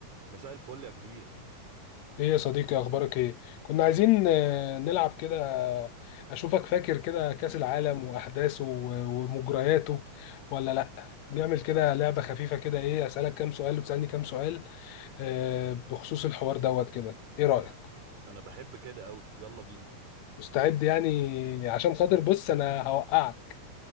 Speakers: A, on the right; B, on the left.
A: مساء الفل يا كبير
B: ايه يا صديقي اخبارك ايه كنا عايزين آه، نلعب كده اشوفك فاكر كده كاس العالم واحداثه و- ومجرياته ولا لا نعمل كده لعبة خفيفة كده ايه اسالك كام سؤال وتسالني كام سؤال آه، بخصوص الحوار دوت كده ايه رايك
A: أ- انا بحب كده قوي يلا بينا
B: مستعد يعني عشان خاطر بص انا هوقعك